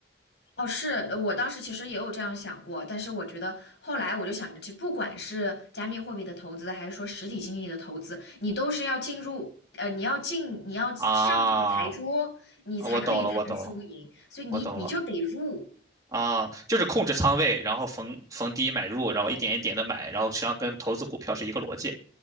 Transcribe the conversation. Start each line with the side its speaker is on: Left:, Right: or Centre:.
Left: 哦，是我当时其实也有这样想过，但是我觉得后来我就想着，这不管是加密货币的投资，还是说实体经济的投资，你都是要进入。呃，你要进，
Right: <laughs>
Left: 你要上这个牌桌，
Right: 啊，
Left: 你才可以谈输赢，
Right: 我懂了，我懂了，
Left: 所以你你就得入，
Right: 我懂了。啊，就是控制仓位，然后逢逢低买入，然后一点一点的买，然后实际上跟投资股票是一个逻辑。